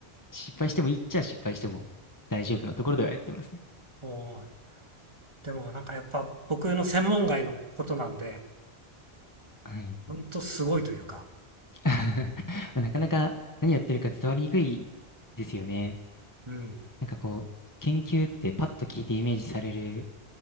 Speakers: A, on the left (about 15°); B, on the right (about 25°).
A: 失敗してもいいっちゃ失敗しても大丈夫なところではやってますね。
B: おーでもなんかやっぱ僕の専門外のことなんで、
A: はい。
B: ほんとすごいというか、
A: <laughs> まあなかなか何やってるか伝わりにくいですよね。
B: うん。
A: なんかこう、研究ってパッと聞いてイメージされる、